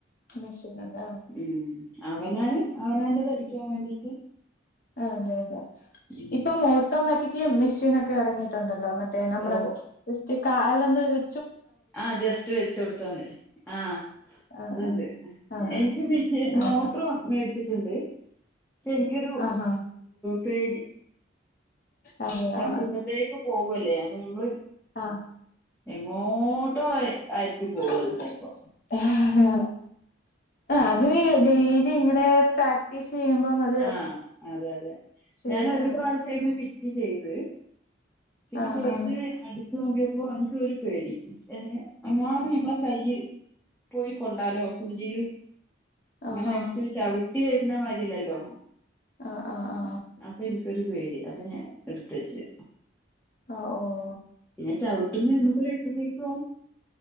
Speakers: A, on the left; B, in the centre.
A: മെഷേന്ണ്ടാ?
B: ഉം അവനാന് അവനാന്റത് അടിക്കാൻ വേണ്ടീട്ട്..
A: അതെ അതെ.
B: ഉം
A: ഇപ്പം ഓട്ടോമാറ്റിക്ക് മെഷീനോക്കെ ഇറങ്ങിയിട്ടുണ്ടല്ലോ മറ്റേ, റ്റേ നമ്മള്
B: ഓ
A: ജസ്റ്റ് കാലൊന്ന് വെ
B: ആഹ് ജസ്റ്റ് വെച്ചോട്ക്കുന്നത്, ആഹ്.
A: ആഹ്
B: അതുണ്ട്.
A: ആഹ്
B: എനിക്ക് മെഷീൻ
A: ആഹ്
B: മോട്രോ മേട്ച്ചിട്ടുണ്ട്, പക്ഷെ എനിക്കൊരു
A: ആഹ് ആഹ്
B: പേടി.
A: അറിയാം
B: ചവിട്ടുമ്പത്തേക്ക് പോവല്ലേ അപ്പൊ ഞമ്മള്,
A: ആഹ്
B: എങ്ങോട്ടോ അയ് ആയിരിക്കും
A: ആഹ്
B: പോവത് ചെൽപ്പോ.
A: ആ ഹാ അത് ഡെയ്ലി ഇവിടെ പ്രാക്ടീസ് ചെയ്യുമ്പോ അത്
B: ആഹ് അതെ അതെ.
A: ശരി
B: ഞാൻ ഒരു
A: ആ
B: പ്രാവശ്യം അയ്മേ ഫിറ്റ് ചെയ്ത്. ഫിറ്റ്
A: ആ ആ
B: ചെയ്ത്
A: ആ
B: അടിച് നോക്കിയപ്പോ എനിക്ക് ഒരു പേടി, എങ്ങാനും ഞമ്മളെ കൈയ്യ് പോയി കൊണ്ടാലോ സൂചിയില്. ങ്ങനെ
A: ആഹാ
B: അടിച്ച് ച്ചവിട്ടി വരുന്ന മാതിരി അല്ലല്ലോ?
A: ആഹ് ആ ആ ആ.
B: അപ്പ ഇൻക്കൊരു പേടി അപ്പൊ ഞാൻ ഇട്ത്ത് വെച്ച്.
A: ആ ഓ.
B: പിന്നെ ചവിട്ടുമ്പേ ഞമ്മക്ക് ഒരു എക്സസൈസും ആവും.